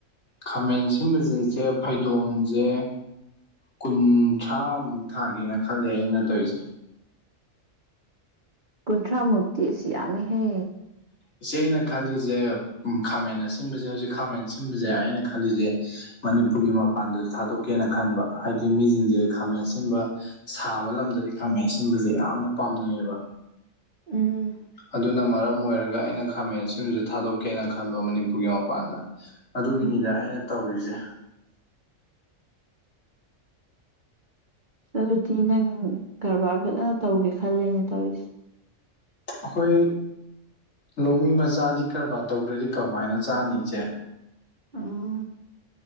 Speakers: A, on the left; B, on the right.
A: ꯈꯥꯃꯦꯟ ꯑꯁꯤꯟꯕꯖꯦ ꯏꯆꯦ ꯐꯩꯗꯣꯝꯖꯦ ꯀꯨꯟꯊ꯭ꯔꯥꯃꯨꯛ ꯊꯥꯒꯦꯅ ꯈꯜꯂꯦ ꯑꯩꯅ ꯇꯧꯏꯖꯦ꯫
B: ꯀꯨꯟꯊ꯭ꯔꯥ ꯃꯨꯛꯇꯤ ꯏꯁ ꯌꯥꯝꯃꯤꯍꯦ꯫
A: ꯏꯆꯦ ꯑꯩꯅ ꯈꯜꯂꯤꯖꯦ ꯎꯝ ꯈꯥꯃꯦꯟ ꯑꯁꯤꯟꯕꯖꯦ ꯍꯧꯖꯤꯛ ꯈꯥꯃꯦꯟ ꯁꯤꯟꯕꯖꯦ ꯑꯩꯅ ꯈꯜꯂꯤꯖꯦ ꯃꯅꯤꯄꯨꯔꯒꯤ ꯃꯄꯥꯟꯗꯖꯨ ꯊꯥꯗꯣꯛꯀꯦꯅ ꯈꯟꯕ ꯍꯥꯏꯗꯤ ꯃꯤꯖꯤꯡꯖꯦ ꯈꯥꯃꯦꯟ ꯑꯁꯤꯟꯕ ꯁꯥꯕ ꯂꯝꯗꯗꯤ ꯈꯥꯃꯦꯟ ꯁꯤꯟꯕꯖꯦ ꯌꯥꯝꯅ ꯄꯥꯝꯅꯩꯌꯦꯕ꯫
B: ꯎꯝ
A: ꯑꯗꯨꯅ ꯃꯔꯝ ꯑꯣꯏꯔꯒ ꯑꯩꯅ ꯈꯥꯃꯦꯟ ꯑꯁꯤꯟꯕꯖꯦ ꯊꯥꯗꯣꯛꯀꯦꯅ ꯈꯟꯕ ꯃꯅꯤꯄꯨꯔꯒꯤ ꯃꯄꯥꯟꯗ꯫ ꯑꯗꯨꯒꯤꯅꯤꯗ
B: ꯎꯝ
A: ꯑꯩꯅ ꯇꯧꯔꯤꯖꯦ
B: ꯑꯗꯨꯗꯤ ꯅꯪ ꯀꯔꯕꯥꯔ ꯐꯖꯅ ꯇꯧꯒꯦ ꯈꯜꯂꯦꯅꯦ ꯇꯧꯏꯖꯦ꯫
A: ꯑꯈꯣꯏ ꯂꯧꯃꯤ ꯃꯆꯥꯗꯤ ꯀꯔꯕꯥꯔ ꯇꯧꯗ꯭ꯔꯗꯤ ꯀꯃꯥꯏꯅ ꯆꯥꯅꯤ ꯏꯆꯦ꯫
B: ꯎꯝ